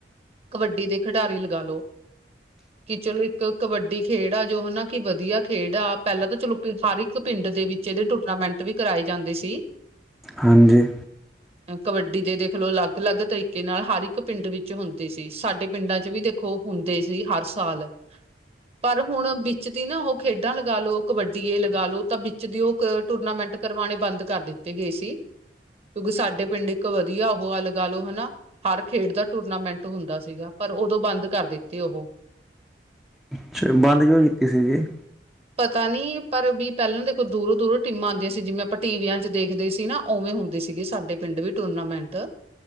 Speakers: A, on the right; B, in the centre.
A: ਕਬੱਡੀ ਦੇ ਖਿਡਾਰੀ ਲਗਾ ਲਓ। ਕਿ ਚਲੋ ਇੱਕ ਕਬੱਡੀ ਖੇਡ ਆ ਜੋ ਹਨਾ ਕਿ ਵਧੀਆ ਖੇਡ ਆ ਪਹਿਲਾਂ ਤਾਂ ਚਲੋ ਹਰ ਇੱਕ ਪਿੰਡ ਦੇ ਵਿੱਚ ਇਹਦੇ ਟੂਰਨਾਮੈਂਟ ਵੀ ਕਰਵਾਏ ਜਾਂਦੀ ਸੀ।
B: ਹਾਂਜੀ
A: ਕਬੱਡੀ ਦੇਖ ਲਓ ਅਲੱਗ ਅਲੱਗ ਤਰੀਕੇ ਨਾਲ ਹਰ ਇੱਕ ਪਿੰਡ ਵਿੱਚ ਹੁੰਦੇ ਸੀ ਸਾਡੇ ਪਿੰਡਾਂ ਚ ਵੀ ਦੇਖ ਓ ਹੁੰਦੇ ਸੀ ਹਰ ਸਾਲ। ਪਰ ਹੁਣ ਬਿੱਚ ਦੀ ਨਾ ਓਹੋ ਖੇਡਾਂ ਲਗਾ ਲਓ ਕਬੱਡੀਏ ਲਗਾ ਲਓ ਤਾ ਬਿ ਚ ਦੀ ਓ ਕ ਟੂਰਨਾਮੈਂਟ ਕਰਵਾਣੇ ਬਾਂਦ ਕਾਰ ਦਿੱਤੇ ਗਏ ਸੀ, ਕਯੁਕਿ ਸਾਡੇ ਪਿੰਡ ਇੱਕ ਵਦੀਆ ਓ ਆ ਲਗਾ ਲੋ ਹਨਾ। ਹਰ ਖੇਡ ਦਾ ਟੂਰਨਾਮੈਂਟ ਹੁੰਦਾ ਸੀਗਾ ਪਰ ਓਦੋਂ ਬਾਂਦ ਕਾਰ ਦਿੱਤੀ ਓ ਹੋ।
B: ਅੱਛਾ ਬਾੱਦ ਕਯੋ ਕੀਤੀ ਸੀ ਜੀ।
A: ਪਤਾ ਨੀ ਪਰ ਵੀ ਪੈਲਾਂ ਦੇਖੋ ਦੂਰੋ-ਦੂਰੋ ਟੀਮਾਂ ਆਨਦੀਆਂ ਸੀ ਜਿਵੇ ਆਪਾ ਟੀਵੀਆਂ ਚ ਦੇਖਦੇ ਸੀ ਨਾ। ਓਵੇਂ ਹੁੰਦੀ ਸੀਗੀ ਸਾਡੇ ਪਿੰਡ ਵੀ ਟੂਰਨਾਮੈਂਟ।